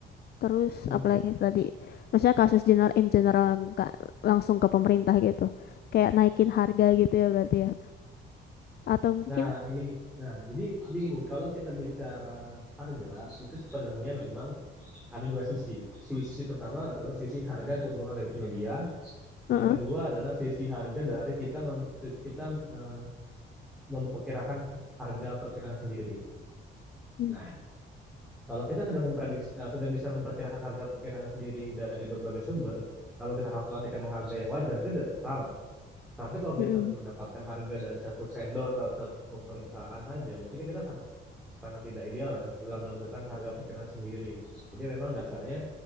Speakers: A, on the left; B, in the centre.
A: terus
B: Hmm.
A: apalagi tadi. Maksudnya kasus general in general nggak langsung ke pemerintah gitu. Kayak naikin harga gitu ya berarti ya. Atau mungkin
B: Nah, ini nah, jadi jadi gini, kalau kita bicara harga itu sepenuhnya memang ada dua sisi. Sisi pertama adalah sisi harga keuntungan dari penyedia,
A: heeh.
B: yang kedua adalah sisi harga dari kita mem, kita eh, memperkirakan harga perkiraan sendiri.
A: Hmm,
B: Nah, kalau kita sudah memprediksi eh, sudah bisa memperkirakan harga perkiraan sendiri dari berbagai sumber, kalau kita kalkulasikan dengan harga yang wajar itu tidak salah. Tapi kalau kita
A: heeh.
B: mendapatkan harga dari satu vendor atau satu perusahaan saja, berarti kan kita sangat sangat tidak ideal ya dalam menentukan harga pikiran sendiri. Jadi memang dasarnya